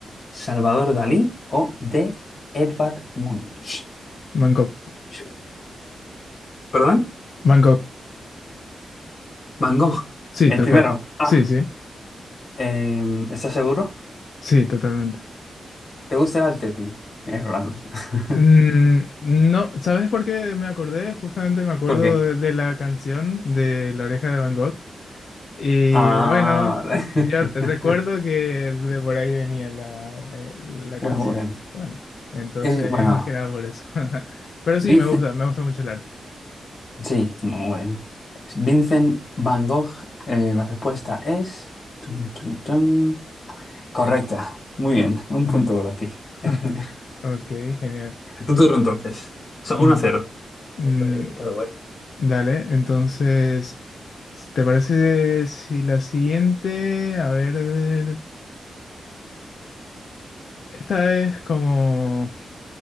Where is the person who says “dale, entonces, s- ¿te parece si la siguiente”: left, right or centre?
Left